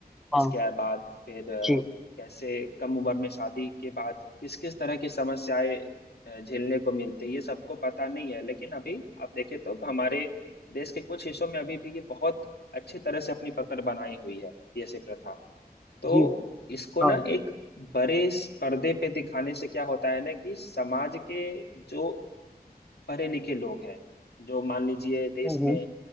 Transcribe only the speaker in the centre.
हाँ
जी
जी
हाँ
हम्म
हम्म,